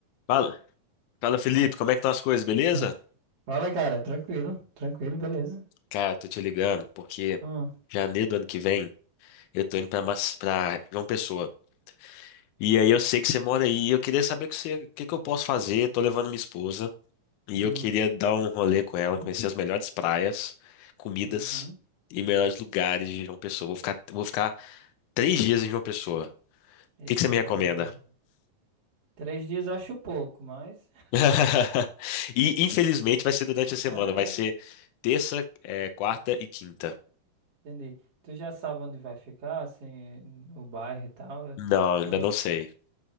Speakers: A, on the left (about 75°); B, on the right (about 45°).
A: Fala, fala Felipe, como é que estão as coisas, beleza?
B: Hum. Fala, cara, tranquilo, tranquilo, beleza.
A: Cara, tô te ligando porque
B: Hum,
A: janeiro do ano que vem eu tô indo pra, Mas- pra João Pessoa. E aí eu sei que você mora
B: né?
A: aí e eu queria saber com você, o que que eu posso fazer. Tô levando minha esposa e
B: Hum,
A: eu queria dar um rolê com ela,
B: hum,
A: conhecer as melhores praias, comidas
B: uhum.
A: e melhores lugares de João Pessoa. Vou ficar, vou ficar três dias em João Pessoa. O
B: Eita,
A: que que você me
B: coisa
A: recomenda?
B: boa. Três dias eu acho pouco, mas
A: <laughs> E infelizmente vai ser durante a semana,
B: <laughs> é,
A: vai ser terça, eh, quarta e quinta.
B: entendi. Tu já sabe onde vai ficar, assim, o bairro e tal. Eu
A: Não,
B: tenho
A: ainda
B: uns.
A: não sei.